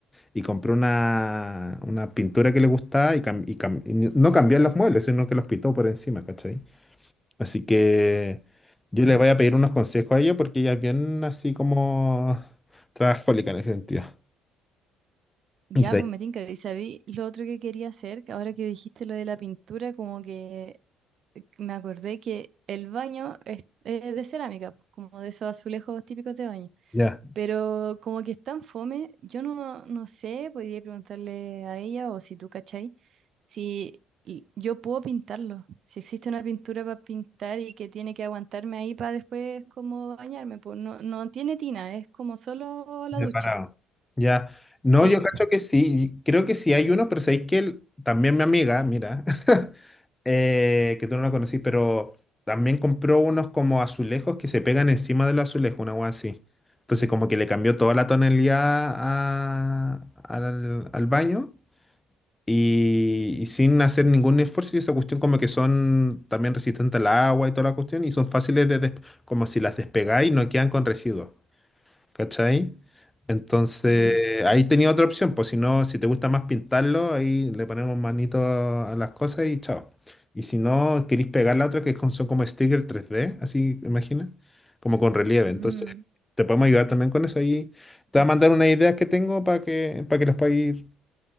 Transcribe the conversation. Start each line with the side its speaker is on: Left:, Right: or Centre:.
Left: y compró una, una pintura que le gustaba y, cam- y cam- y no cambió los muebles, sino que los pintó por encima, ¿cachai? Así que yo le voy a pedir unos consejos a ella porque ella es bien así como trabajólica en ese sentido.
Right: Ya,
Left: Y se-
Right: pues me tinca, y sabí lo otro que quería hacer, que ahora que dijiste lo de la pintura, como que eh, me acordé que el baño es, es de cerámica, pues, como de esos azulejos típicos de baño,
Left: Ya.
Right: pero como que es tan fome, yo no, no sé, podría preguntarle a ella o si tú cachai, si y- yo puedo pintarlo, si existe una pintura para pintar y que tiene que aguantarme ahí para después como bañarme, pues no, no tiene tina, es como solo la
Left: Separado.
Right: ducha,
Left: Ya. No,
Right: sí.
Left: yo cacho que sí. Creo que sí hay uno, pero sabéis que el- también mi amiga, mira, <laughs> eh, que tú no la conocí, pero también compró unos como azulejos que se pegan encima de los azulejos, una hueá así. Entonces, como que le cambió toda la tonalidad a- al, al baño y, y sin hacer ningún esfuerzo. Y esa cuestión, como que son también resistentes al agua y toda la cuestión, y son fáciles de, des- como si las despegáis, no quedan con residuos. ¿Cachai? Entonces,
Right: Mm,
Left: ahí tenía otra opción, pues si no, si te gusta más pintarlo, ahí le ponemos manito a a las cosas y chao. Y si no, queréis pegar la otra, que con- son como stickers tres d así, imagina, como con relieve.
Right: mm.
Left: Entonces, te podemos ayudar también con eso. Ahí te voy a mandar unas ideas que tengo para que, para que les pueda ir